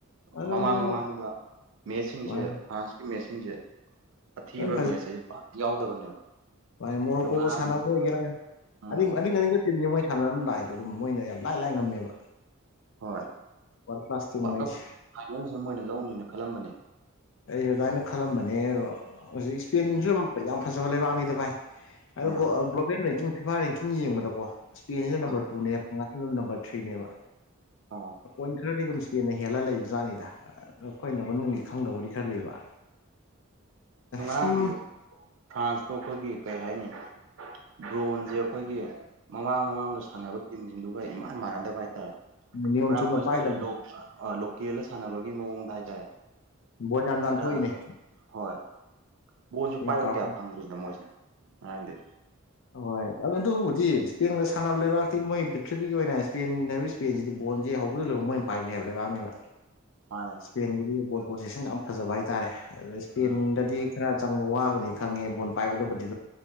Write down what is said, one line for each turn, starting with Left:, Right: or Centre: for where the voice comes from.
Left: ꯑꯗꯨ
Right: ꯃꯃꯥꯡ
Left: ꯅꯣꯡꯃ
Right: ꯃꯃꯥꯡꯗ ꯃꯦꯠꯁꯁꯤꯡꯁꯦ
Left: ꯃꯥꯅꯤ
Right: ꯐ꯭ꯔꯥꯟꯁꯀꯤ ꯃꯦꯠꯁꯁꯤꯡꯁꯦ ꯑꯊꯤꯕ
Left: ꯂꯣꯏ
Right: ꯃꯦꯠꯁꯁꯦ ꯄꯥꯛ ꯌꯥꯎꯗꯕꯅꯦꯕ
Left: ꯃꯥ ꯃꯣꯔꯣꯛꯀꯣꯒ
Right: ꯑꯗꯣ ꯉꯔꯥꯡꯗꯤ
Left: ꯁꯥꯟꯅꯕ ꯑꯣꯏꯒꯦꯔꯥ
Right: ꯎꯝ
Left: ꯑꯗꯨ ꯑꯗꯨ ꯑ ꯇꯤꯝꯅꯤ ꯃꯣꯏ ꯁꯥꯟꯅ ꯑꯗꯨ ꯂꯥꯛꯦꯗꯣ ꯑꯗꯨꯝ ꯃꯣꯏꯅ ꯌꯥꯝ ꯂꯥꯏ ꯂꯥꯏꯅ ꯉꯝꯃꯦꯕ
Right: ꯍꯣꯏ
Left: ꯋꯥꯔꯜ ꯀ꯭ꯂꯥꯁ ꯇꯤꯝꯉꯩꯁꯦ
Right: ꯋꯥꯔ ꯀꯞ ꯐꯥꯏꯅꯦꯜꯁꯦ ꯃꯣꯏꯅ ꯂꯧꯅꯦꯅ ꯈꯜꯂꯝꯕꯅꯦ
Left: ꯑꯩꯁꯨ ꯑꯗꯨꯃꯥꯏꯅ ꯈꯜꯂꯝꯕꯅꯦ ꯑꯗꯣ ꯍꯧꯖꯤꯛ ꯏꯁꯄꯦꯟꯁꯨ ꯌꯥꯝ ꯐꯖꯕ ꯂꯩꯕꯥꯛꯅꯤꯗ ꯚꯥꯏ ꯑꯗꯣ
Right: ꯎꯝ
Left: ꯒ꯭ꯂꯣꯕꯦꯜ ꯔꯦꯡꯀꯤꯡ ꯐꯤꯐꯥ ꯔꯦꯡꯀꯤꯡ ꯌꯦꯡꯕꯗꯀꯣ ꯏꯁꯄꯦꯟꯁꯤꯗ ꯅꯝꯕꯔ
Right: ꯎꯝ
Left: ꯇꯨꯅꯦꯕ ꯉꯨꯝ ꯅꯝꯕꯔ ꯊ꯭ꯔꯤꯅꯦꯕ
Right: ꯑꯣ
Left: ꯄꯣꯏꯟ ꯈꯔꯗꯤ ꯑꯗꯨꯝ ꯏꯁꯄꯦꯟꯅ ꯍꯦꯜꯂ ꯂꯩꯕꯖꯥꯠꯅꯤꯗ ꯑꯩꯈꯣꯏꯅ ꯃꯅꯨꯡꯒꯤ ꯈꯪꯗꯕꯗꯤ ꯈꯔ ꯂꯩꯕ
Right: ꯉꯥꯔꯥꯡꯗꯤ
Left: ꯁꯨꯝ
Right: ꯐ꯭ꯔꯥꯟꯁꯇꯣ ꯑꯩꯈꯣꯏꯒꯤ ꯀꯩ ꯍꯥꯏꯅꯤ ꯕ꯭ꯔꯣꯟꯁꯦ ꯑꯩꯈꯣꯏꯒꯤ ꯃꯃꯥꯡ ꯃꯃꯥꯡꯗ ꯁꯥꯟꯅꯕ ꯇꯤꯝꯁꯤꯡꯗꯨ ꯄꯨꯔ ꯏꯃꯥꯟ ꯃꯥꯟꯅꯗꯕ ꯍꯥꯏꯇꯥꯔꯦ
Left: ꯅꯤꯌꯣꯝ
Right: ꯄꯨꯔꯥ ꯑꯩꯈꯣꯏ
Left: ꯆꯨꯝꯅ
Right: ꯁ꯭ꯋꯥꯏ
Left: ꯄꯥꯏꯗꯕ
Right: ꯂꯣꯛ ꯂꯣꯀꯦꯜꯗ ꯁꯥꯟꯅꯕꯒꯤ ꯃꯑꯣꯡꯗ ꯍꯥꯏꯇꯥꯔꯦ
Left: ꯕꯣꯜ ꯌꯥꯝ ꯅꯥꯟꯊꯣꯛꯏꯅꯦ
Right: ꯈꯔ ꯍꯣꯏ ꯕꯣꯟꯁꯨ ꯄꯥꯏꯕ
Left: ꯀꯥꯎ
Right: ꯀꯌꯥ ꯐꯪꯗ꯭ꯦꯗ ꯃꯣꯏꯁꯦ ꯉꯔꯥꯡꯗꯤ
Left: ꯑꯍꯣꯏ ꯑꯗꯨ ꯑꯗꯨꯕꯨꯗꯤ ꯏꯁꯄꯦꯟꯒ ꯁꯥꯟꯅꯕ ꯂꯩꯕꯥꯛꯇꯤ ꯃꯣꯏ ꯄ꯭ꯔꯤꯊꯤꯕꯤꯒꯤ ꯑꯣꯏꯅ ꯏꯁꯄꯦꯟ ꯏꯁꯄꯦꯟꯁꯤꯗꯤ ꯕꯣꯟꯁꯤ ꯍꯧꯕꯗꯩ ꯃꯣꯏꯅ ꯄꯥꯏꯒꯦ ꯍꯥꯏꯕ ꯂꯩꯕꯥꯛꯅꯦꯕ
Right: ꯃꯥꯅꯦ
Left: ꯁ꯭ꯄꯦꯟꯒꯤꯗꯤ ꯕꯣꯜ ꯄꯣꯖꯤꯁꯟ ꯌꯥꯝ ꯐꯖꯕ ꯍꯥꯏꯇꯥꯔꯦ ꯑꯗ ꯁ꯭ꯄꯦꯟꯗꯗꯤ
Right: ꯎꯝ
Left: ꯈꯔ ꯆꯪꯕ ꯋꯥꯒꯅꯤ ꯈꯪꯉꯦ ꯕꯣꯟ ꯄꯥꯏꯕꯗꯕꯨꯗꯤ